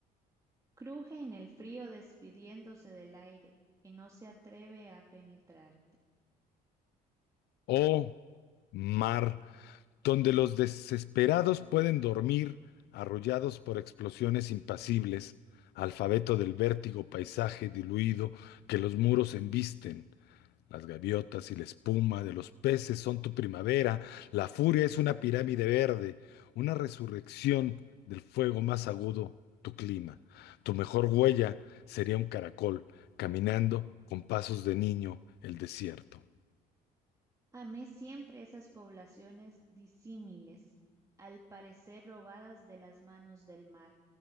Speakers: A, on the right; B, on the left.
A: Cruje en el frío despidiéndose del aire, que no se atreve a penetrarte.
B: Oh mar, donde los desesperados pueden dormir, arrollados por explosiones impasibles, alfabeto del vértigo paisaje diluido que los muros embisten, Las gaviotas y la espuma de los peces son tu primavera. La furia es una pirámide verde, una resurrección del fuego más agudo, tu clima. Tu mejor huella sería un caracol caminando con pasos de niño el desierto.
A: Amé siempre esas poblaciones disímiles, al parecer robadas de las manos del mar,